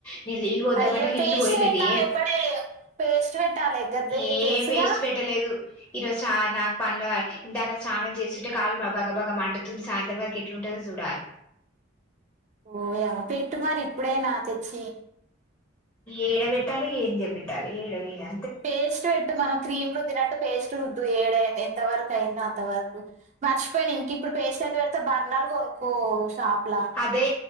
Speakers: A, on the left (about 15°); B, on the right (about 40°).
A: నీళ్లు పోద్దామంటే
B: అయ్యో
A: నీళ్ళు
B: పేస్ట్
A: పోయలేదేం
B: పెట్టాలి ఎంబడే పేస్ట్ పెట్టాలి గది
A: ఏం
B: తెలుసుగా
A: పేస్ పెట్టలేదు ఈ రోచ నాకు పన్ల ఇందాక స్నానం చేస్తుంటే కాళ్లు బగ బాగ మండుతుంది సాయంత్రం వరకి ఎట్లుందొ చూడాలి
B: ఓయా పెట్టు మరి ఇప్పుడైనా తెచ్చి
A: ఏడ పెట్టాలి ఏం చే పెట్టాలి ఏడ వేయా
B: పేస్ట్ పెట్టు మనం క్రీమ్ రుద్దినట్టు పేస్ట్ రుద్దు ఏడైంది ఎంత వరకు అయిందో అంతవరకు మర్చిపోయినా ఇంక ఇప్పుడు పేస్ట్ ఎంత పెడతవ్ బర్నల్ కొనుక్కో షాప్లా
A: దే